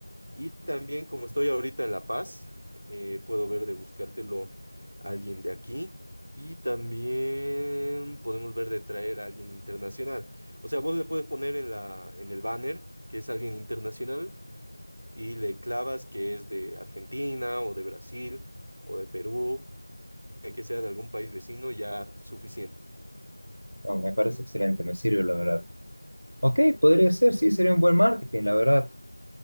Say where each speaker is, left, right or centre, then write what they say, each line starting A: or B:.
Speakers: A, on the right (about 55°); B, on the right (about 85°).
A: Y también como estoy ahorita en La Paz, eh, puedo ver de buscártelo a alguien de aquí. Y también podemos ver de traer a alguien internacional. O sea, vos le puedes poner en la, en el banner que es alguien internacional y le clavas que es de Argentina o de Brasil o de Perú, eh, que sea de algún país vecino, ya suficiente.
B: No, me parece excelente, me sirve, la verdad. Ok, podría ser, sí, sería un buen marketing, la verdad.